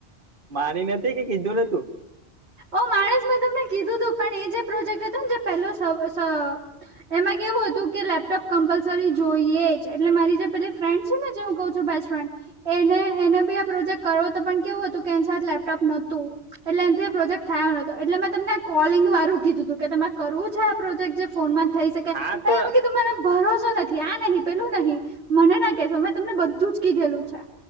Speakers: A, on the right (about 50°); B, on the right (about 70°).
A: માની નથી કે કીધું નતું
B: ઓ માણસ મેં તમને કીધું તું પણ એ જે પ્રોજેક્ટ હતો ને જે પેલો શ સ એમાં કેવું હતું કે લેપટોપ કમ્પલસરી જોઈએ એટલે મારી જે પેલી ફ્રેન્ડ છે ને જે હું કઉ છું બેસ્ટ ફ્રેન્ડ એને એને બી આ પ્રોજેક્ટ કરવો તો પણ કેવું હતું કે એની સાથે લેપટોપ નોતું એટલે એનથી પ્રોજેક્ટ થાયો નોતો એટલેં તમને આ કોલિંગ વારું કીધું હતું કે તમારે કરવું છે આ પ્રોજેક્ટ જે ફોનમાં થઈ શકે
A: હા તો
B: કીધું મને ભરોસો નથી આ નહીં પેલું નહીં મને ના <unintelligible> તમને બધું જ કીધેલું છે